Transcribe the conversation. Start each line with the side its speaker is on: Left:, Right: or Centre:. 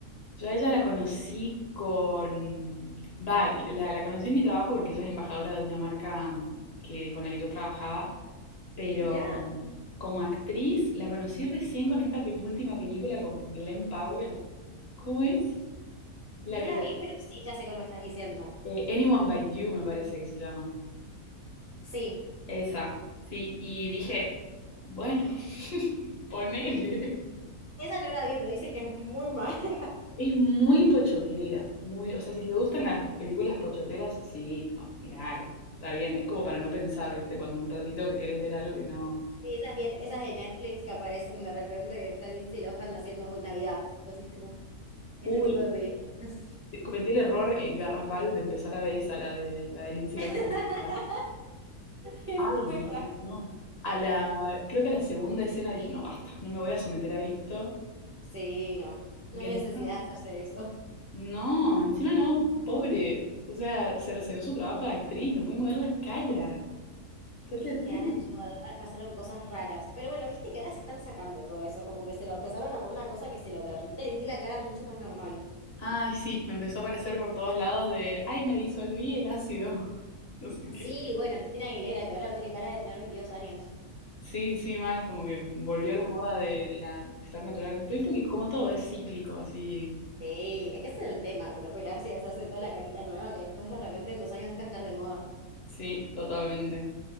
Left: Yo a ella la conocí con... Va, la, la conocí en mi trabajo porque ella es embajadora de una marca mm, que, con la que yo trabajaba, pero
Right: Mirá,
Left: mm, como actriz la conocí recién con esta pe- última película con Glenn Powell. ¿Cómo es? La
Right: no
Left: que...
Right: la vi, pero sí, ya sé cómo me estás diciendo.
Left: eh, Anyone But You me parece que se llama.
Right: Sí,
Left: Esa, sí. Y dije, bueno, <laughs> ponele.
Right: esa no la vi, pero dicen que es muy mala. <laughs>
Left: Es muy pochoclera, muy, o sea, si te gustan las películas pochocleras, sí, bueno, mirala, está bien, es como para no pensar, ¿viste? Cuando un ratito que querés ver algo que no...
Right: Sí, esas bien, esas de Netflix que aparecen de repente, que está Lindsay Lohan haciendo Navidad, cosas así, como ese
Left: Uy,
Right: tipo de películas.
Left: eh, cometí el error eh, garrafal de empezar a ver esa, la de, la de Lindsay
Right: <laughs>
Left: Lohan. ¿verdad?
Right: Es
Left: Ay,
Right: muy raro.
Left: no. A la, creo que a la segunda escena dije, no, basta, no me voy a someter a esto,
Right: Sí, no,
Left: porque
Right: no hay
Left: encima-
Right: necesidad de hacerse eso.
Left: no, encima no, pobre, o sea, cercenó su trabajo de actriz, no puede mover la cara, está
Right: Es
Left: terrible.
Right: que ha hecho, al- ah, pasaron cosas raras. Pero bueno, viste que ahora se están sacando todo eso, como que se lo empezaron a poner una cosa que se lo derrite y tiene la cara mucho más normal.
Left: Ay, sí, me empezó a aparecer por todos lados de, ay, me disolví el ácido. <laughs> No sé qué.
Right: Sí, bueno, Cristina Aguilera, que ahora tiene cara de tener 22 años.
Left: Sí, sí, mal, como que volvió la moda de, la, de ser natural. Pero viste que como todo es cíclico, así.
Right: Sí, es que ese es el tema, con operarse y hacerse toda la carita nueva que después de repente en dos años deja de estar de moda.
Left: Sí, totalmente.